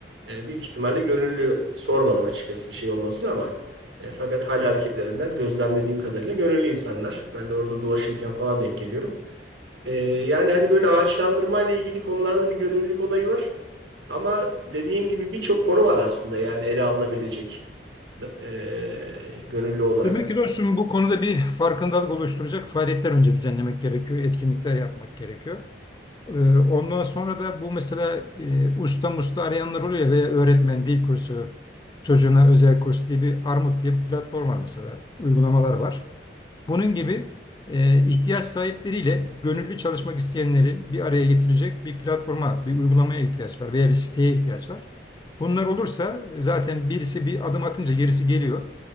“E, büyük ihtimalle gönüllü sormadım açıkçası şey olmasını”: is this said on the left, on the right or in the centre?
Right